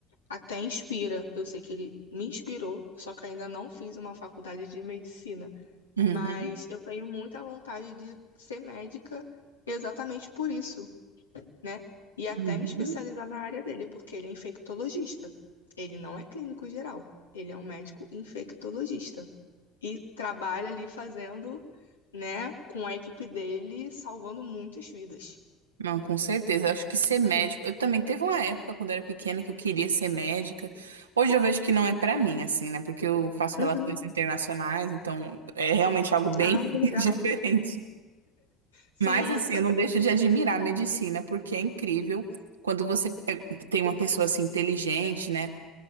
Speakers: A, on the left (about 85°); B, on the right (about 85°).
A: Até inspira. Eu sei que ele me inspirou, só que ainda não fiz uma faculdade de medicina.
B: Uhum.
A: Mas eu tenho muita vontade de ser médica exatamente por isso, né? E até
B: Uhum.
A: me especializar na área dele, porque ele é infectologista. Ele não é clínico geral, ele é um médico infectologista. E trabalha ali fazendo, né, com a equipe dele, salvando muitas vidas.
B: Não, com certeza. Acho que ser médico. Eu também teve uma época quando eu era pequena que eu queria ser médica. Hoje eu vejo que não é pra mim, assim, né? Porque eu faço
A: Uhum.
B: relações internacionais, então é realmente algo bem
A: Ah, que legal.
B: <laughs> diferente.
A: Sim,
B: Mas, assim, eu não deixo de admirar a medicina, porque é incrível quando você pe- tem uma pessoa assim inteligente, né?